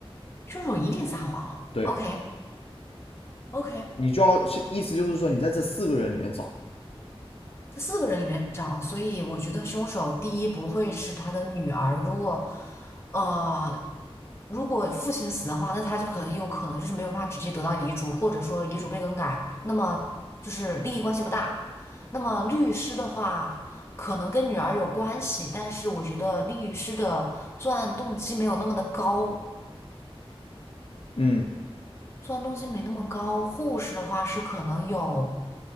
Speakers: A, on the left; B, on the left.
A: 凶手一定撒谎了。
B: 对
A: OK OK，
B: 你就要意思就是说你在这四个人里面找，
A: 在四个人里面找，所以我觉得凶手第一不会是他的女儿。如果呃，如果父亲死的话，那他就很有可能就是没有办法直接得到遗嘱，或者说遗嘱被更改，那么就是利益关系不大。那么律师的话，可能跟女儿有关系，但是我觉得律师的作案动机没有那么的高。
B: 嗯，
A: 作案动机没那么高。护士的话是可能有